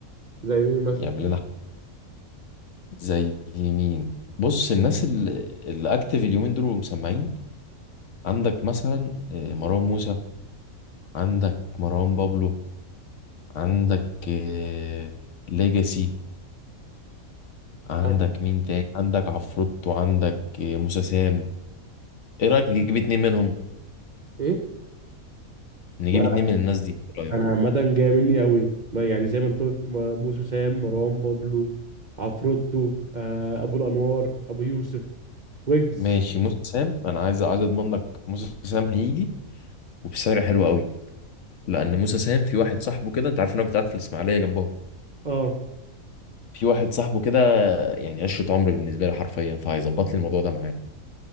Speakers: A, on the right (about 45°); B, on the left (about 65°).
A: زي مين مثلا
B: يعمل لنا زي مين بص الناس اللي اللي اكتف اليومين دول ومسمعين عندك مثلا آه، مروان موسى عندك مروان بابلو عندك آه، ليجاسي عندك
A: أي-
B: مين تاني عندك عفروت وعندك آه، موسى سام ايه رايك نجيب اتنين منهم
A: ايه
B: نجيب
A: انا
B: اتنين من الناس دي ايه رايك
A: أنا عامه جاي مني قوي ما يعني زي ما انت قلت ما- موسى سام مروان بابلو عفروتو آه ابو الانوار ابو يوسف ويجز
B: ماشي موسى سام انا عايز عايز اضمن لك موسى سام هيجي وبسعر حلو قوي لان موسى سام في واحد صاحبه كده انت عارف ان انا كنت قاعد في الاسماعيليه جنبهم
A: اه
B: في واحد صاحبه كده يعني عشرة عمر بالنسبة لي حرفيا فهيظبط لي الموضوع ده معاه